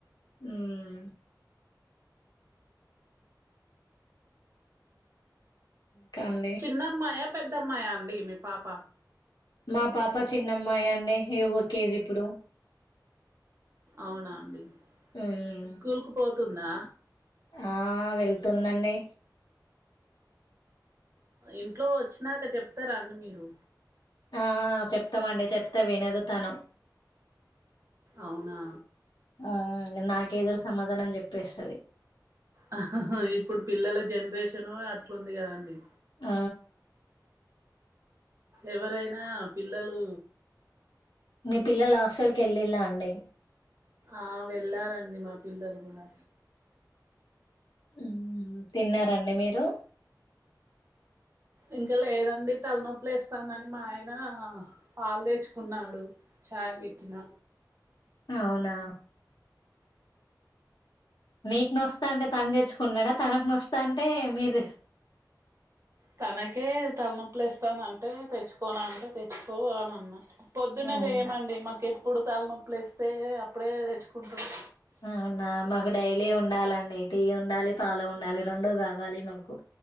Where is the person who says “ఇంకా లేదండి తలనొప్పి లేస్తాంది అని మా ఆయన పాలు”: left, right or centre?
Right